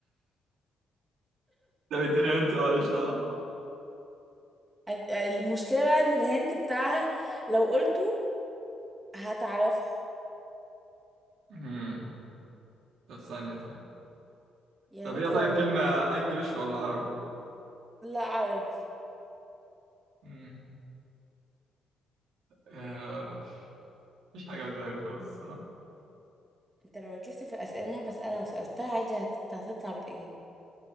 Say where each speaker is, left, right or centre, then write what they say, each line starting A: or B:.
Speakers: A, on the right; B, on the right.
A: طب اديني انت ماليش دعوه
B: أد- المشكلة بقى ان الهنت بتاعها لو قلته هتعرفها
A: امم طب ثانيه طيب
B: يعني
A: طب
B: انت
A: هي طيب
B: لو ركزت
A: كلمه انجلش ولا عربي
B: لا عربي
A: امم آه... مفيش حاجه بتضايق خالص الصراحه
B: انت لو ركزت في الأسئلة اللي انا بسألها وسألتها عادي هت- هتطلع بالإجابة